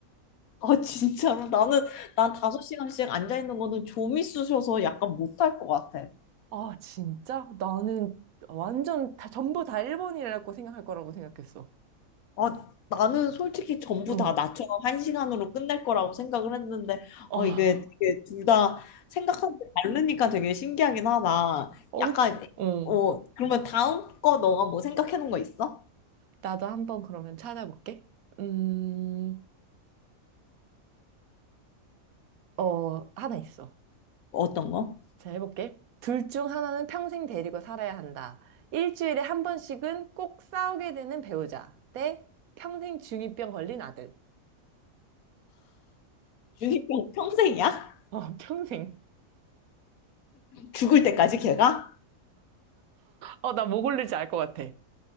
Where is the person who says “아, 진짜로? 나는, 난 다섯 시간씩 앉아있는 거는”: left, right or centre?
Left